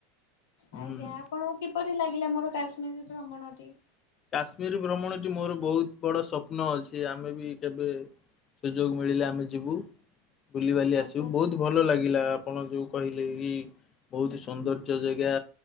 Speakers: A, on the left; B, on the left.
A: ହୁଁ।
B: ଆଜ୍ଞା ଆପଣଙ୍କୁ କିପରି ଲାଗିଲା ମୋର କାଶ୍ମୀର ଭ୍ରମଣଟି?
A: କାଶ୍ମୀର ଭ୍ରମଣଟି ମୋର ବହୁତ ବଡ଼ ସ୍ୱପ୍ନ ଅଛି। ଆମେ ବି କେବେ ସୁଯୋଗ ମିଳିଲେ ଆମେ ଯିବୁ ବୁଲିବାଲି ଆସିବୁ।
B: ଆଜ୍ଞା
A: ବହୁତ ଭଲ ଲାଗିଲା ଆପଣ ଯୋଉ କହିଲେ କି ବହୁତ ସୌନ୍ଦର୍ଯ୍ୟ ଜେଗା।